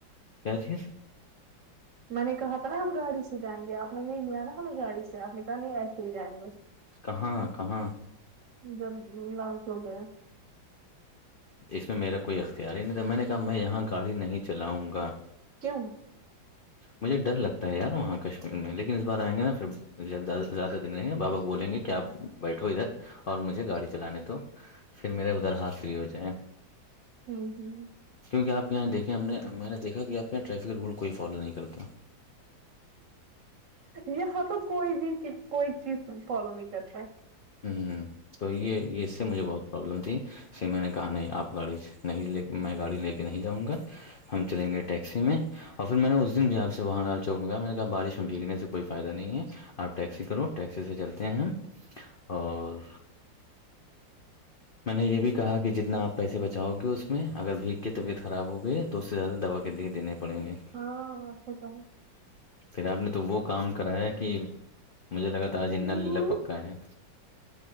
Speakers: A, on the left (about 60°); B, on the right (about 50°).
A: کیا چیز
B: میں نے کہا تھا نا ہم گاڑی سے جائیں گے آپ نے نہیں ملا نا ہمیں گاڑی سے آپ نے کہا نہیں ایسے ہی جائیں گ بس
A: کہاں کہاں
B: جب لال چوک ہے
A: اس میں میرا کوئی اختیار ہی نہیں تھا میں نے کہا میں یہاں گاڑی نہیں چلاؤں گا
B: کیوں
A: مجھے ڈر لگتا ہے یار وہاں کشمیر میں لیکن اس بار آئیں گے ن پھر ب زیادہ دن نہیں ہے بابا بولیں گے کہ آپ بیٹھو ادھر اور مجھے گاڑی چلانے دو پھر میرے ادھر ہاتھ فری ہو جائےیں
B: ہمم ہمم
A: کیونک آپ کے یہاں دیکھیں ہم نے میں نے دیکھا کہ آپ کے یہاں ٹریفک رول کوئی فالو نہیں کرتا
B: یہاں تو کوئی بھی کوئی چیز فالو نہیں کرتا ہے
A: ہمم ہمم تو یہ اس سے مجھے بہت پرابلم تھی سے میں نے کہا نہیں آپ گاڑی نہیں لے میں گاڑی لے کے نہیں جاؤں گا ہم چلیں گے ٹیکسی میں اور پھر میں نے اس دن بھی آپ سے وہاں لال چوک میں گیا میں نے کہا بارش میں بھیگنے سے کوئی فائدہ نہیں ہے آپ ٹیکسی کرو ٹیکسی سے چلتے ہیں ہم اور
B: <inaudible>
A: میں نے یہ بھی کہا کہ جتنا آپ پیسے بچاؤ گے اس میں اگر بھیگ کے طبیعت خراب ہو گئی تو اس سے زیادہ دوا کے لیے دینے پڑیں گے
B: ہاں بات تو ہے
A: پھر آپ نے تو وہ کام کرا ہے کہ مجھے لگا تھا آج
B: ہوں
A: اننا للا پکا ہے